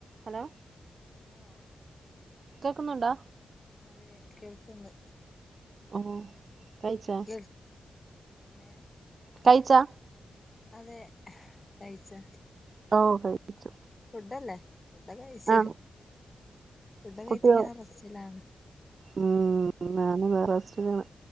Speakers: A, on the right; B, on the left.
A: Hello
B: hello
A: കേക്കുന്നുണ്ടോ
B: അതെ കേൾക്ക്ണ്ട്
A: ഓ കൈച്ചൊ
B: കേൾ എങ്ങനെ
A: കയിച്ചോ
B: അതെ കയിചോ
A: ഓ കഴിച്ചു
B: ഫുഡല്ലേ ഫുഡൊക്കെ കഴിച്ചു
A: ആ
B: ഫുഡ് കഴിച്ചിങ്ങനെ
A: കുട്ടിയോ
B: റസ്റ്റിലാണ്
A: ഉം നാന് വേറെസ്സ്ലാണ്